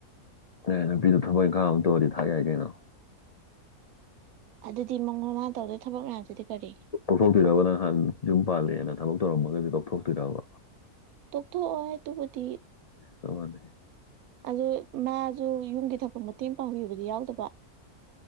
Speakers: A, on the left (about 85°); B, on the right (about 75°).
A: ꯑꯦ ꯅꯨꯄꯤꯗꯣ ꯊꯕꯛ ꯏꯪꯒꯥꯡ ꯑꯃ ꯇꯧꯔꯗꯤ <unintelligible> ꯌꯥꯏ ꯀꯩꯅꯣ
B: ꯑꯗꯨꯗꯤ <unintelligible> ꯇꯧꯗꯣꯏ ꯊꯕꯛ ꯃꯌꯥꯝꯁꯤꯗꯤ ꯀꯔꯤ
A: ꯇꯧꯊꯣꯛꯇꯣꯏꯔꯕ ꯅꯪ ꯍꯥꯟ ꯌꯨꯝ ꯄꯥꯜꯂꯦꯅ ꯊꯕꯛ ꯇꯧꯔꯝꯃꯒꯖꯨ ꯇꯧꯊꯣꯛꯇꯣꯏꯔꯕ
B: ꯇꯣꯛꯊꯣꯛꯑꯣ ꯇꯨꯕꯨꯗꯤ
A: ꯆꯞꯃꯟꯅꯩ
B: ꯑꯗꯨ ꯃꯥꯖꯨ ꯌꯨꯝꯒꯤ ꯊꯕꯛ ꯃꯇꯦꯡ ꯄꯥꯡꯕꯤꯕꯗꯤ ꯌꯥꯎꯗꯕ